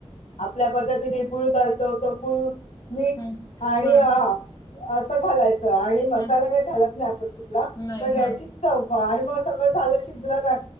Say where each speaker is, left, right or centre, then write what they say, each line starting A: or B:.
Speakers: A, on the left (about 85°); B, on the left (about 30°).
A: आपल्या पद्धतीने गुळ घालतो तो गुळ मीठ
B: हम्म
A: आणि
B: हा
A: ह असं घालायचं आणि मसाला
B: हा
A: काही घालत नाही आपण कुठला
B: नाही
A: पण
B: हा
A: याची चव पाहा आणि मग सगळं झालं शिजलं का